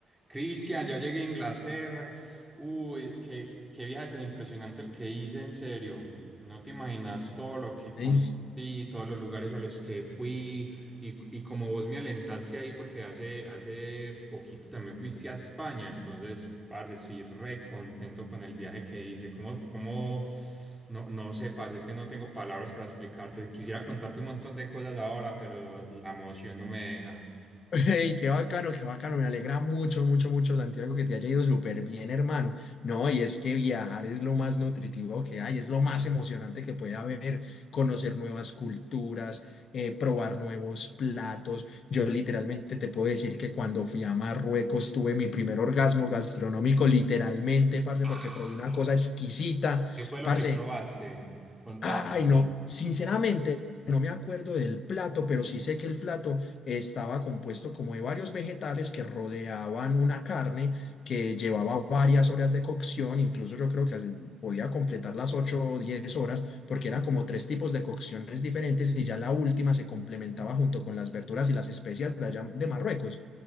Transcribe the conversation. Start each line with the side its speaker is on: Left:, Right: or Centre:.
Centre: Cristian, ya llegué a Inglaterra. Uy, qué, qué viaje tan impresionante el que hice, en serio. No te imaginas todo lo que conocí,
Left: Ey, s-
Centre: todos los lugares a los que fui y, y como vos me alentaste ahí porque hace, hace poquito también fuiste a España, entonces, parce, estoy re contento con el viaje que hice. ¿Cómo, cómo, no, no sé, parce, es que no tengo palabras para explicarte. Quisiera contarte un montón de cosas ahora, pero la emoción no me deja.
Left: <laughs> ey, qué bacano, qué bacano. Me alegra mucho, mucho, mucho, Santiago, que te haya ido súper bien, hermano. No, y es que viajar es lo más nutritivo que hay, es lo más emocionante que puede haber, conocer nuevas culturas, eh, probar nuevos platos. Yo literalmente te puedo decir que cuando fui a Marruecos tuve mi primer orgasmo gastronómico, literalmente, parce,
Centre: Ah.
Left: porque probé una cosa exquisita,
Centre: ¿Qué fue lo
Left: parce.
Centre: que probaste? Contame.
Left: Ay, no, sinceramente no me acuerdo del plato, pero sí sé que el plato estaba compuesto como de varios vegetales que rodeaban una carne que llevaba varias horas de cocción, incluso yo creo que así podía completar las 8 o 10 horas, porque eran como tres tipos de cocciones diferentes y ya la última se complementaba junto con las verduras y las especias de allá de Marruecos.